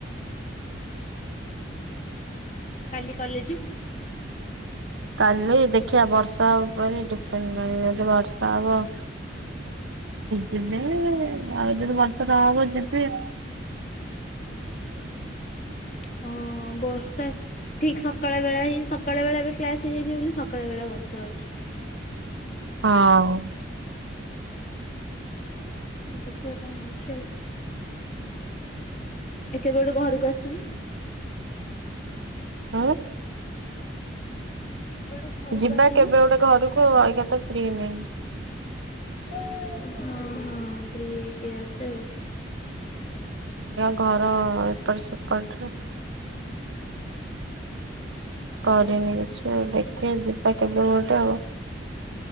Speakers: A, on the left; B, on the right.
A: କାଲି କଲେଜ ଯିବୁ।
B: କାଲି ଦେଖିବା ବର୍ଷା ଉପରେ ଡିପେଣ୍ଡ କରିବ ଯଦି ବର୍ଷା ହବ। ଯିବିନି ଆଉ ଯଦି ବର୍ଷା ନା ହବ ଯିବି ଆଉ।
A: ହଁ ବର୍ଷା। ଠିକ୍ ସକାଳ ବେଳା ହିଁ ସକାଳ ବେଳା ଏବେ କ୍ଲାସ ହେଇଯାଇଛିି ବୋଲି ସକାଳ ବେଳା ବର୍ଷା ହଉଛି।
B: ହଁ।
A: ଦେଖିବା କଣ ହଉଛି ଆଉ। ତୁ କେବେ ଗୋଟେ ଘରକୁ ଆସୁନୁ।
B: ହଁ।
A: କେବେ ଗୋଟେ ଘରକୁ
B: ଯିବା
A: ଆସୁନୁ
B: କେବେ ଗୋଟେ ଘରକୁ ଏଇଗା ତ ଫ୍ରି ନାଇଁ।
A: <unintelligible> ହଁ ହଁ ଫ୍ରି ହେଇକି ଆସେ ଆଉ।
B: ଘର ଏପଟ ସେପଟରେ କରିନି କିଛି ଆଉ ଦେଖିବା ଯିବା କେବେ ଗୋଟେ ଆଉ।